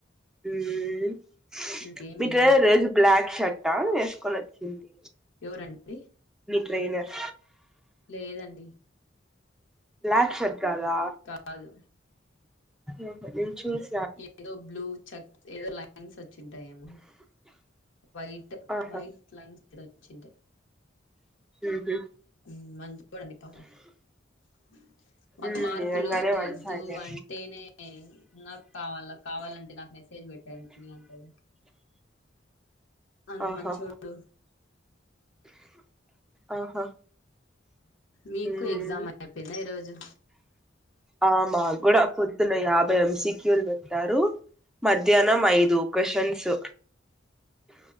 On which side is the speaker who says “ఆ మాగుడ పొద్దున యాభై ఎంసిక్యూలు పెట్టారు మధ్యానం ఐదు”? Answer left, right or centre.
Centre